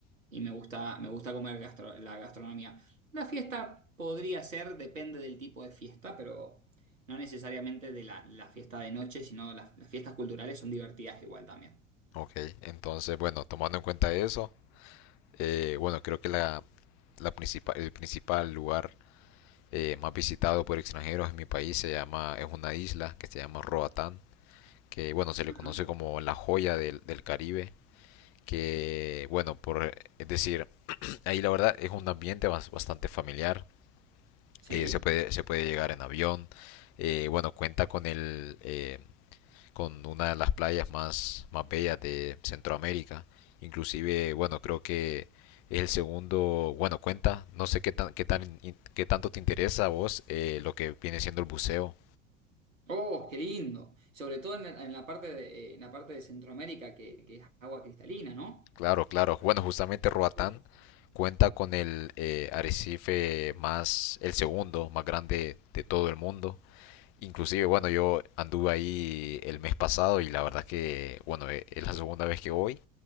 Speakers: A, on the right; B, on the left.
A: y me gusta, me gusta comer gastro- la gastronomía. La fiesta podría ser, depende del tipo de fiesta, pero no necesariamente de la, la fiesta de noche, sino las, las fiestas culturales son divertidas igual también.
B: Ok, entonces, bueno, tomando en cuenta eso, eh, bueno, creo que la, la principal, el principal lugar eh, más visitado por extranjeros en mi país se llama, es una isla que se llama Roatán, que bueno, se le
A: Ajá.
B: conoce como la joya del, del Caribe, que bueno, por, es decir, <clears throat> ahí la verdad es un ambiente bas- bastante familiar,
A: Sí.
B: eh, se puede, se puede llegar en avión, eh, bueno, cuenta con el, eh, con una de las playas más, más bellas de Centroamérica. Inclusive, bueno, creo que es el segundo, bueno, cuenta, no sé qué tan, qué tan, qué tanto te interesa a vos eh, lo que viene siendo el buceo.
A: Oh, qué lindo. Sobre todo en la, en la parte de, en la parte de Centroamérica, que, que es agua cristalina, ¿no?
B: Claro, claro. Bueno, justamente Roatán
A: Uf,
B: cuenta con el eh, arrecife más, el segundo más grande de todo el mundo. Inclusive, bueno, yo anduve ahí el mes pasado y la verdad que, bueno, eh, es la segunda vez que voy